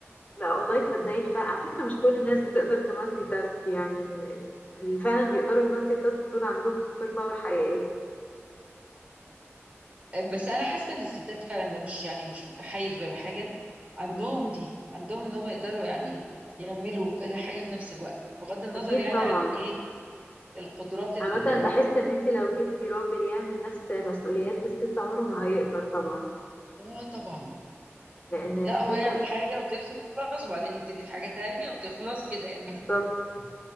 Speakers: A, on the left (about 30°); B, on the right (about 30°).
A: لا والله تصدقي الف... على فكرة مش كل الناس بتقدر تمالتي تاسك يعني ال- ال- اللي فعلا بيقدروا يمالتي تاسك دول عندهم سوبر باور حقيقية
B: آه، بس انا حاسه ان الستات فعلا ده مش يعني مش متحيز ولا حاجه عندهم
A: م-م.
B: دي عندهم ان هم يقدروا يعني يعملوا كذا حاجه في نفس الوقت بغض النظر
A: أكيد
B: يعني
A: طبعا
B: عن ايه القدرات ال-
A: عامة بحس إن أنت لو جبتي راجل يعمل نفس مسؤوليات الست عمره ما هيقدر طبعا
B: اه طبعا
A: لأن الست
B: لا هو يعمل حاجة وتخلص وبعدين يبتدي في حاجة تانية وتخلص كده يعني
A: بالظبط